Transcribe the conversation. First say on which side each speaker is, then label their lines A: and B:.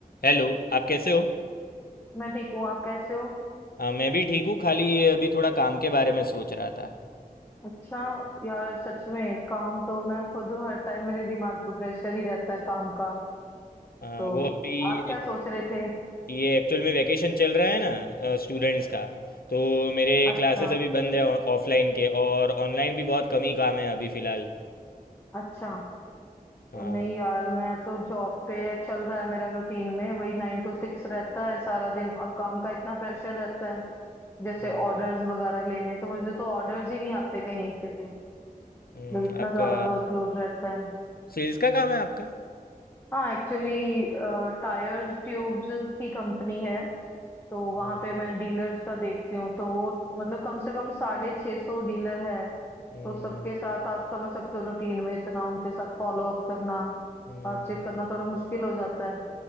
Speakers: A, on the left (about 80°); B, on the left (about 15°).
A: Hello आप कैसे हो
B: मैं ठीक हूँ आप कैसे हो
A: हाँ मैं भी ठीक हूँ खाली ये अभी थोड़ा काम के बारे में सोच रहा था
B: अच्छा यार सच में काम तो मैं खुद हूँ, हर टाइम मेरे दिमाग पे प्रेशर ही रहता है काम का
A: हाँ,
B: तो
A: वो अभी
B: आप क्या सोच रहे थे
A: ये एक्चुअल में वैकेशन चल रहा है ना स्टूडेंट्स का तो मेरे
B: अच्छा
A: क्लासेस अभी बंद है ऑफलाइन के और ऑनलाइन भी बहुत कम ही काम है अभी फ़िलहाल
B: अच्छा
A: हाँ
B: तो नहीं यार मैं तो जॉब पे चल रहा है मेरा रूटीन में वही नाइन टू सिक्स रहता है सारा दिन और काम का इतना प्रेशर रहता है जैसे
A: हम्म,
B: ऑर्डर्स वगैरह लेने तो मुझे तो ऑर्डर्स ही नहीं आते कहीं से
A: हम्म,
B: मतलब इतना
A: आपका
B: ज्यादा वर्कलोड रहता है
A: सेल्स का काम है आपका
B: हाँ एक्चुअली टायर्स ट्यूब्स की कंपनी है तो वहां
A: हम्म,
B: पे मैं डीलर्स का देखती हूँ तो वो मतलब कम से कम साढ़े छह सौ डीलर है
A: हम्म,
B: तो सबके साथ आप समझ सकते हो रूटीन में इतना उनके साथ फॉलो अप करना
A: हम्म।
B: बातचीत करना थोड़ा मुश्किल हो जाता है